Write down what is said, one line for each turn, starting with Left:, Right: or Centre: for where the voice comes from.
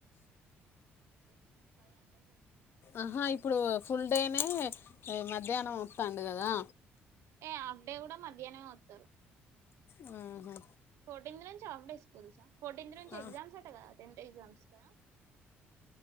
Right: చూసు పది అంటారు
Left: ఆహా ఇప్పుడు ఫుల్ డే నే మ మధ్యాహ్నం మొత్తాండు కదా
Right: ఏ ఆఫ్ డే కూడా మధ్యాహ్నం మత్తరు
Left: ఉహు
Right: ఫోర్టింత్ నుంచి ఆఫ్ డే స్కూల్సా ఫోర్టీన్త్ నుంచి
Left: ఆ,
Right: ఎగ్జామ్స్ ఆట కదా టెన్త్ ఎగ్జామ్స్ కదా